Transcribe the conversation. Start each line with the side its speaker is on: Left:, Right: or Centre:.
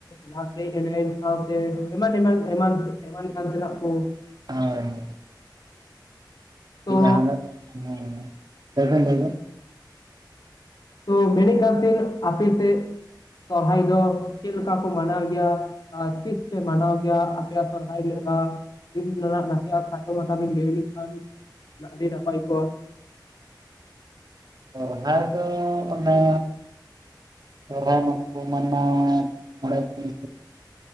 Left: ᱞᱟᱜᱽᱲᱮ ᱮᱱᱮᱡ ᱥᱟᱶᱛᱮ ᱮᱢᱟᱱ ᱮᱢᱟᱱ ᱮᱢᱟᱱ ᱮᱢᱟᱱ ᱮᱢᱟᱱ ᱛᱮᱱᱟᱜ ᱠᱩ᱾
Right: ᱟᱭ
Left: ᱛᱚ
Right: ᱡᱟᱦᱟᱸᱫᱚ, ᱦᱮᱸ ᱞᱟᱹᱭ ᱵᱤᱱ ᱞᱟᱹᱭ ᱵᱤᱱ᱾
Left: ᱛᱚ ᱢᱮᱱᱮᱫ ᱠᱟᱱ ᱛᱟᱦᱮᱱ ᱟᱯᱮ ᱥᱮᱫ ᱥᱚᱨᱦᱟᱭ ᱫᱚ ᱪᱮᱫ ᱞᱮᱠᱟ ᱠᱚ ᱢᱟᱱᱟᱣ ᱜᱮᱭᱟ? ᱛᱤᱥ ᱯᱮ ᱢᱟᱱᱟᱣ ᱜᱮᱭᱟ ᱟᱯᱮᱭᱟᱜ ᱥᱚᱨᱦᱟᱭ ᱞᱮᱠᱟ? ᱫᱤᱱ ᱨᱮᱱᱟᱜ ᱱᱟᱥᱮᱭᱟᱜ ᱠᱷᱟᱴᱚ ᱢᱟᱴᱟ ᱵᱤᱱ ᱞᱟᱹᱭ ᱞᱮᱱᱠᱷᱟᱱ ᱟᱹᱰᱤ ᱱᱟᱯᱟᱭ ᱠᱚᱜᱼᱟ ᱾
Right: ᱥᱚᱨᱦᱟᱭ ᱫᱚ ᱚᱱᱟ ᱥᱚᱨᱦᱟᱭ ᱢᱟᱠᱚ ᱢᱟᱱᱟᱭ ᱢᱚᱬᱮ ᱫᱤᱱ᱾